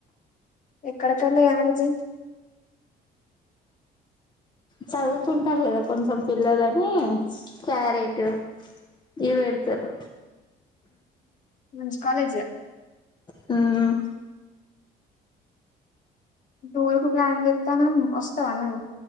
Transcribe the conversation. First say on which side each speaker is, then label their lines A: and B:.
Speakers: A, on the left; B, on the left.
A: ఎక్కడికన్నా ఏడికి
B: చదువుకుంటారు కదా కొంచెం పిల్లలని క్యారెట్ ఇవెడతారు
A: హ్మ్ కాలేజ్
B: హ్మ్మ్
A: టూర్ కు ప్లాన్ చేస్తాన వస్తావానువ్వు